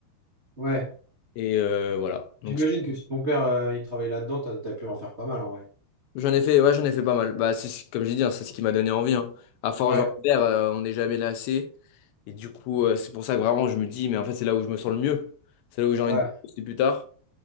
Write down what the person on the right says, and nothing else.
ouais.
J'imagine
que si ton père euh, il travaille là-dedans, t'as, t'as pu en faire pas mal en vrai.
Ouais,
ouais.